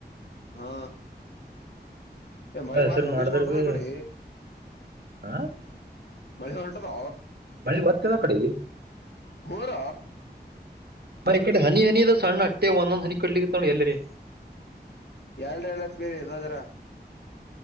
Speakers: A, on the left; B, on the right.
A: ಹಾ ಮಳಿ
B: ಹೆಸರು
A: ಮಾ ಜೋಗೇಶ್ವರ
B: ಮಾಡಿದ್ರ
A: ಉಂಟದ
B: ಬಿ
A: ಇ ಕಡೆ
B: ಹಾ?
A: ಮಳೆ ಹೊಂಟದ
B: ಬಳಿ ಒತ್ತದ ಅ ಕಡೆ
A: ಹೂರ
B: ಹಾ ಈ ಕಡೆ ಹನಿ ಹನಿದ ಸಣ್ಣ ಅಟ್ಟೆ ಒಂದೊಂದ್ ಹನಿ ಕಡ್ಲಿ ತ ಎಲ್ಲರಿ
A: ಯಲ್ರಿ ಎಲ್ಲ ಬೇರ್ ಯದದ್ರ